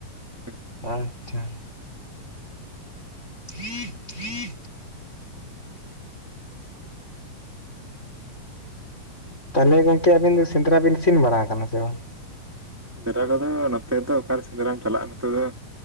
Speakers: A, in the centre; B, on the left.
A: ᱦᱮᱸ
B: ᱟᱪᱪᱷᱟ᱾ <unintelligible> ᱛᱟᱦᱟᱞᱮ ᱜᱚᱝᱠᱮ ᱟᱹᱵᱤᱱ ᱫᱚ ᱥᱮᱸᱫᱽᱨᱟ ᱵᱤᱱ ᱤᱥᱤᱱ ᱵᱟᱲᱟᱣ ᱠᱟᱱᱟ ᱥᱮ ᱵᱟᱝ?
A: ᱥᱮᱸᱫᱽᱨᱟ ᱠᱚᱫᱚ ᱱᱚᱛᱮ ᱫᱚ ᱚᱠᱟᱨᱮ ᱥᱮᱸᱫᱽᱨᱟᱢ ᱪᱟᱞᱟᱜᱼᱟ ᱱᱚᱛᱮ ᱫᱚ᱾